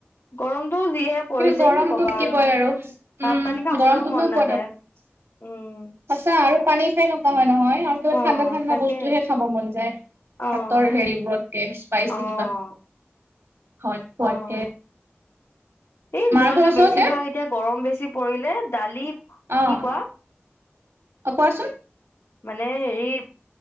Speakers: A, on the left; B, on the right.
A: গৰমটো যিহে পৰিছে
B: কিন্তু গৰমটো
A: কি কবা
B: থাকিবই আৰু
A: ভাত
B: উম
A: পানী খাবলৈও
B: গৰমটো
A: মন
B: নো
A: নাযায়
B: কত <unintelligible>
A: উম।
B: সঁচা আৰু পানী খাই থকা হয় নহয়। <unintelligible>
A: অ',
B: ঠাণ্ডা ঠাণ্ডা
A: তাকে
B: বস্তুহে খাব মন যায়,
A: অ',
B: ভাতৰ হেৰি বোৰতকে। স্পাইছি
A: অ',
B: কিবা ঘৰত খোৱাতকে।
A: অ', এই
B: মাৰ
A: মইতো
B: ঘৰ ওচৰতে
A: বেছিভাগ
B: অ',
A: এতিয়া গৰম বেছি পৰিলে দালি,
B: অ',
A: কি কৰা?
B: কোৱাচোন
A: মানে হেৰি,